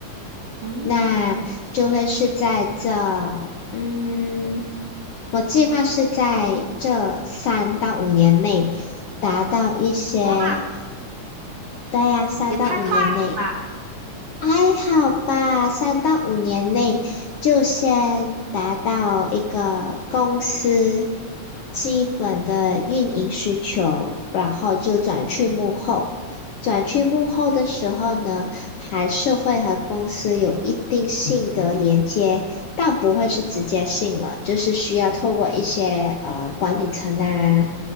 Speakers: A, on the right; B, on the left.
A: 嗯，
B: 那就会是在这，嗯，我计划是在这三到五年内达到一些，
A: 哇，
B: 对呀，三到五年内。
A: 也太快了吧！
B: 还好吧，三到五年内就先达到一个公司基本的运营需求，然后就转去幕后。转去幕后的时候呢，还是会和公司有一定性的连接，但不会是直接性了，就是需要透过一些呃管理层啊，